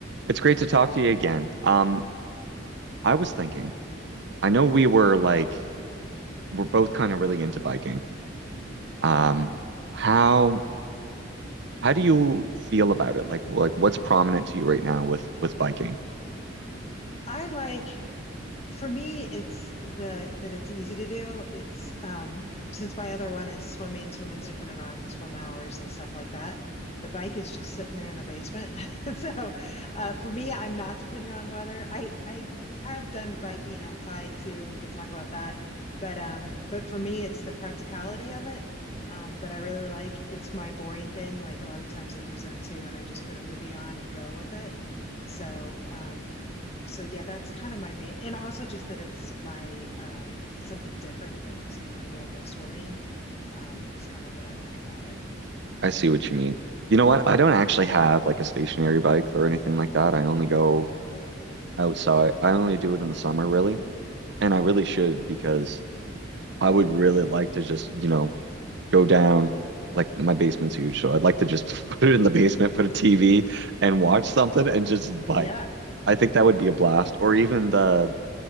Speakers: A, on the right; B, on the left.
A: It's great to talk to you again. Um, I was thinking, I know we were like we're both kind of really into biking. Um, how how do you feel about it? Like what what's prominent to you right now with with biking?
B: I like for me it's the that it's easy to do. It's um since my other one is swimming, swimming's dependent on swim hours and stuff like that. The bike is just sitting there in the basement. <laughs> So uh for me I'm not dependent on weather. I I have done biking outside too and we could talk about that. But um but for me it's the practicality of it um that I really like. It's my boring thing. Like a lot of times I do zone two and I just put a movie on and go with it. So, um, so yeah, that's kind of my main, and also just that it's my um something different than s- my normal swimming um is kind of what I like about it.
A: I see what you mean. You know what? I don't actually have like a stationary bike or anything like that. I only go outside. I only do it in the summer really. And I really should because I would really like to just, you know, go down. Like my basement's huge, so I'd like to just <laughs> put it in the basement, put a TV and watch something and just bike.
B: Yeah.
A: I think that would be a blast. Or even the,